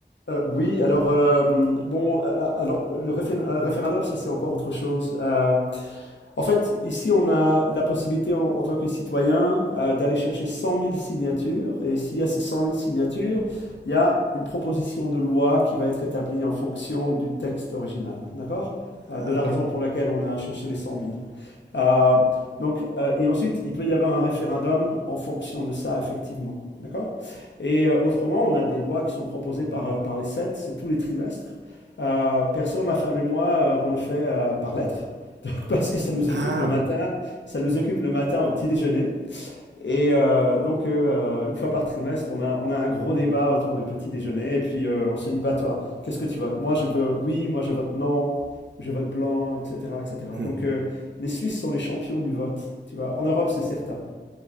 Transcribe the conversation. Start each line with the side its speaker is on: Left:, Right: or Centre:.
Left: euh, oui, alors, euh, bon, euh, alors, le réfé- euh, référendum, ça c'est encore autre chose. Euh, En fait, ici, on a la possibilité en, en tant que citoyen euh, d'aller chercher 100 000 signatures. Et s'il y a ces 100 000 signatures, il y a une proposition de loi qui va être établie en fonction du texte original. D'accord? Euh,
Right: Ah,
Left: de la
Right: ok.
Left: raison pour laquelle on a cherché les 100 000. Euh, donc, euh, et ensuite, il peut y avoir un référendum en fonction de ça, effectivement. D'accord Et euh, autrement, on a des lois qui sont proposées par, euh, par les sept, c'est tous les trimestres. Euh, perso, ma femme et moi, euh, on le fait euh, par lettre. <laughs> Donc, parce que ça nous
Right: Ah
Left: occupe le matin,
Right: oui.
Left: ça nous occupe le matin au petit déjeuner. Et euh, donc, euh, euh, une fois par trimestre, on a, on a un gros débat autour du petit déjeuner. Et puis, euh, on se dit, bah toi, qu'est-ce que tu votes? Moi, je veux oui, moi, je vote non, je vote blanc, etc., etc.
Right: Hmm.
Left: Donc, euh, les Suisses sont les champions du vote, tu vois. En Europe, c'est certain.